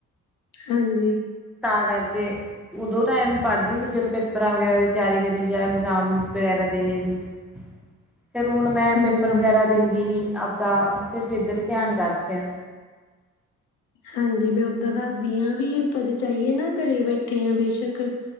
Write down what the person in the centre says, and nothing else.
ਤਾਂ ਕਰਕੇ ਉਦੋਂ ਟਾਈਮ ਪੜ੍ਹਦੀ ਸੀ ਜਦੋਂ ਪੇਪਰਾਂ ਵਗੈਰਾ ਦੀ ਤਿਆਰੀ ਲਈ ਜਾਂ ਇਗਜ਼ਾਮ ਵਗੈਰਾ ਦੇਣੇ ਸੀ <inaudible> ਫਿਰ ਹੁਣ ਮੈਂ
ਪੇਪਰ ਵਗੈਰਾ ਦਿੰਦੀ ਨੀ ਆਪਦਾ ਸਿਰਫ ਇੱਧਰ ਹੀ ਧਿਆਨ ਕਰ ਰੱਖਿਆ